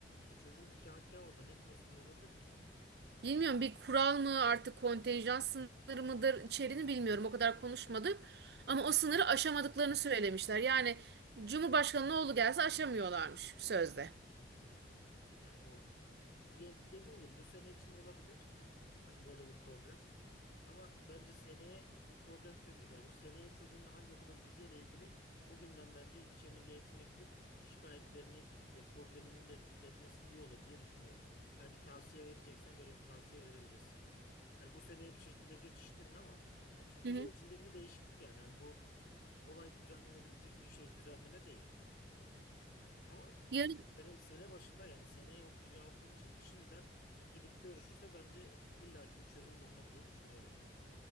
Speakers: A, on the left (about 55°); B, on the right (about 60°).
A: E çocuğun ikametgahı orada ne prosedür olabilir ki?
B: Bilmiyorum bir kural mı artık kontenjan sınırı mıdır içeriğini bilmiyorum o kadar konuşmadık. Ama o sınırı aşamadıklarını söylemişler. Yani Cumhurbaşkanı'nın oğlu gelse aşamıyorlarmış sözde.
A: Hmm. Yani o ya dediğim gibi bu sene için olabilir. Hani böyle bir problem. Ama bence seneye bu problem çözülür. Yani seneye çocuğun hangi okula gideceğiyle ilgili bugünden bence ilçe milli eğitime gidip şikayetlerini ve problemini ilet- iletmesi iyi olur diye düşünüyorum. Hani bir tavsiye vereceksen böyle bir tavsiye verebilirsin. Hani bu seneye bir şekilde geçiştirin ama yani çünkü
B: Hı
A: yıl içindeki bir değişiklik yani. Hani bu kolay düzenlenebilecek bir şey düzenleme değil. Ama
B: hı.
A: sene, sene başında yani seneye okuyacağı okul için şimdiden gidip görüşürse bence illaki bir çözüm bulunur diye düşünüyorum yani.